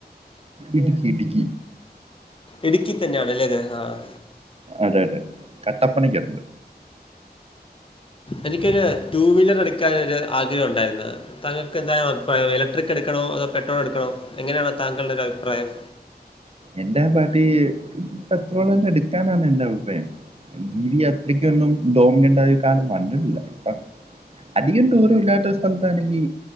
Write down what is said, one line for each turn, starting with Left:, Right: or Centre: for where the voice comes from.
Right: ഇടുക്കി ഇടുക്കി
Left: ഇട്ക്കി തന്നെയാണ് ലേത് ആഹ്
Right: അതെ അതെ അതെ കട്ടപ്പനക്കടുത്ത്
Left: എനിക്കൊരു ടു വീലറെടുക്കാനൊരു ആഗ്രഹം ഉണ്ടായിരുന്നു താങ്കൾക്കെന്താണ് അഭിപ്രായം എലെട്രിക്കെട്ക്കണോ അതോ പെട്രോൾ എടുക്കണോ എങ്ങെനെയാണ് തങ്കൾടെ ഒരഭിപ്രായം
Right: എന്റെ ആ പാർട്ടി പത്രോളെന്നെട്ക്കാനാണ് എന്റെ അഭിപ്രായം ഇ വി അത്രയ്ക്കന്നും ഡോമിനന്റ് ആയ കാലം വന്നിട്ടില്ല ഇപ്പ അധികം ദൂരഇല്ലാത്ത സ്ഥലത്താണെങ്കി